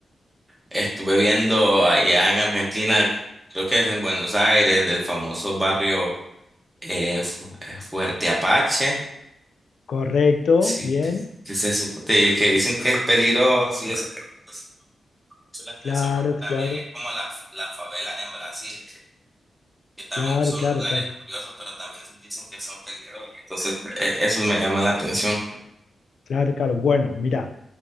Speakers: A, in the centre; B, on the left.
A: estuve viendo allá en Argentina, creo que es en Buenos Aires, del famoso barrio eh, Fu- eh, Fuerte Apache,
B: Correcto,
A: sí,
B: bien.
A: t- que, se, sup- te- que dicen que es peligroso y eso. Entonces, mucho la atención
B: Claro,
A: porque
B: claro,
A: también es como la, la favela en Brasil, que también
B: claro,
A: son
B: claro,
A: lugares
B: claro.
A: curiosos, pero también dicen que son peligrosos. Entonces, e- eso me llama la atención.
B: Claro, claro. Bueno, mira,